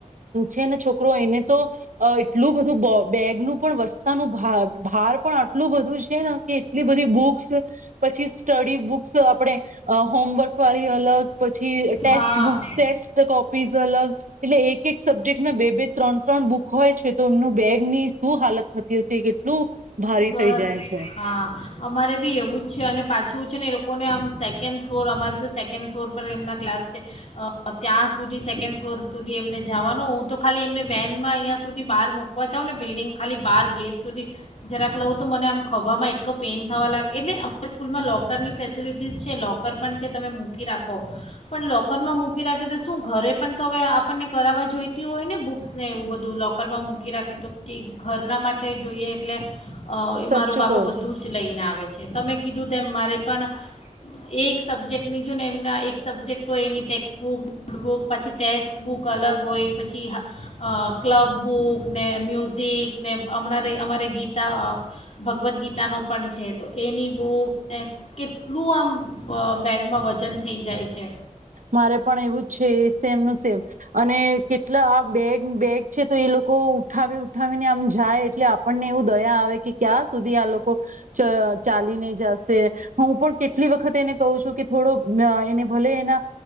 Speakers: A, on the right; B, on the left.
A: છે ને છોકરો એને તો એટલું બધું. બેગનું પણ વસ્તાનું ભાર પણ આટલું બધું જ. <inaudible> કે એટલી બધી બુક્સ પછી સ્ટડી બુક્સ આપણેે હોમવર્ક વાળી અલગ. પછી ટેસ્ટ
B: હા
A: બુક્ ટેસ્ટ કોપી. પીઝ અલગ. એટલે એક એક સબ્જેક્ટમાં બે બે ત્રણ ત્રણ બુક. હોય છે તો એમનું બેગ ની શું હાલત... થતી હશે, કેટલું ભારી
B: બસ
A: થઈ જાય છે.
B: હા અમારે બી એવું જ છે અને પાછું છે ને એ લોકોને આમ સેકન્ડ ફ્લોર અમારે તો સેકન્ડ ફ્લોર પર એમના ક્લાસ છે, ત્યાં સુધી સેકન્ડ ફ્લોર સુધી એમને જવાનો હું તો ખાલી એમને વેનમાં અહીંયા સુધી બહાર મૂકવા જાઉં ને બિલ્ડિંગ ખાલી બહાર. ગેટ સુધી જરાક લઉં તો મને આમ ખવામાં એટલો પેઇન થવા લાગે, એટલે અમારા સ્કૂલમાં લોકરની ફેસિલિટીઝ છે, લોકર પણ છે, તમે મૂકી રાખો પણ લોકરમાં મૂકી રાખે તો શું ઘરે પણ તો હવે આપણને કરાવવા જોઈતી હોય ને બુક્સને એવું બધું લોકરમાં મૂકી રાખે તો પછી ઘરના. તે જોઈએ એટલે એ
A: સાચું
B: મારો બાબો
A: કહો
B: બધું જ લઈને આવે છે, તમે કીધું તેમ મારે પણ... એક સબ્જેક્ટની જો ને એમના એક સબ્જેક્ટ હોય, એની ટેક્સબુક નોટબુક પછી ટેસ્ટ બુક અલગ હોય, પછી અ ક્લબ બુક ને મ્યુઝિક ને... અમરે અમારે ગીતા ભગવદ્ ગીતાનો પણ છે, તો એની બુકને કેટલું આમ બેગમાં વજન થઈ જાય છે.
A: મારે પણ એવું જ છે સેમનું સેમ અને કેટલા બેગ બેગ. છે તો એ લોકો ઉઠાવી ઉઠાવીને આમ... જાય એટલે આપણને એવું દયા આવે કે ક્યાં સુધી આ લોકો ચ ચાલીને જશે, હું પણ કેટલી વખત એને કહું છું કે થોડોક એને ભલે એના.